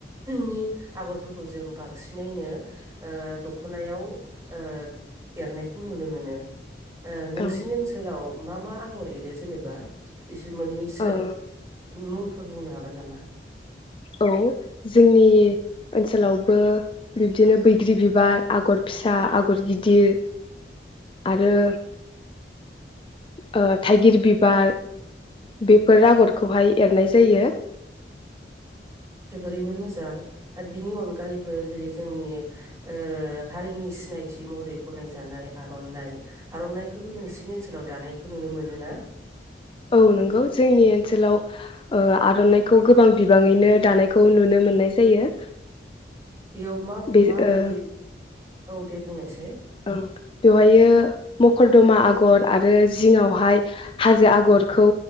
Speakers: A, on the right; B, on the left.
A: नि आगरफोरखौ जों बांसिनैनो ओ दख'नायाव ओ एरनायखौ नुनो मोनो। ओ नोंसिनि
B: औ
A: ओनसोलाव मा मा आगर एरो जेनेबा? इसे मोननैसो
B: ओ
A: मुं फोर बुंनो हागोन नामा
B: औ जोंनि ओन ओनसोलावबो बिब्दिनो बैग्रि बिबार आगर फिसा आगर गिदिर आरो ओ थाइगिर बिबार बेफोर आगरखौहाय एरनाय जायो।
A: जोबोरैनो मोजां आरो बिनि अनगायैबो जेरै जोंनि ओ हारिनि सिनायथि महरै गनायजानाय आर'नाइ आर'नाइखौबो नोंसिनि ओनसोलाव दानायखौ नुनो मोनोना
B: औ नंगौ जोंनि ओनसोलाव ओ आर'नाइखौ गोबां बिबाङैनो दानायखौ नुनो मोननाय जायो।
A: बेयाव मा
B: बे
A: मा
B: ओ
A: बायदि औ दे बुंनाय साय
B: ओं बेवहायो मकरदमा आगर आरो जिङावहाय हाजो आग गरखौ